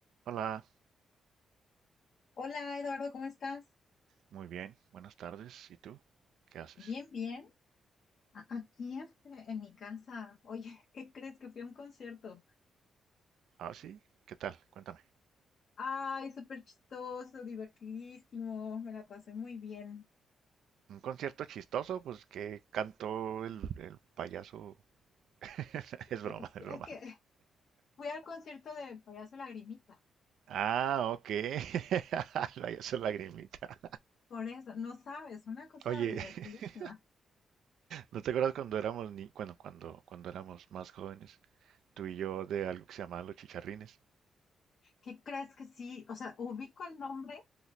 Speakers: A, on the right; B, on the left.
A: Hola,
B: Hola Eduardo, ¿cómo estás?
A: muy bien, buenas tardes. ¿Y tú? ¿Qué haces?
B: Bien, bien. A- Aquí este, en mi casa. Oye, <laughs> ¿qué crees que fui a un concierto?
A: Ah, sí, ¿qué tal? Cuéntame.
B: Ay, súper chistoso, divertidísimo, me la pasé muy bien.
A: ¿Un concierto chistoso? Pues que cantó el, el payaso. <laughs> Es
B: Es,
A: broma, es
B: es
A: broma.
B: que <laughs> fui al concierto de Payaso Lagrimita,
A: Ah, ok. <laughs> El payaso lagrimita.
B: por eso, no sabes, una cosa
A: Oye,
B: divertidísima.
A: <laughs> ¿no te acuerdas cuando éramos ni... bueno, cuando, cuando éramos más jóvenes, tú y yo de algo que se llamaba los chicharrines?
B: ¿Qué crees que sí? O sea, ubico el nombre,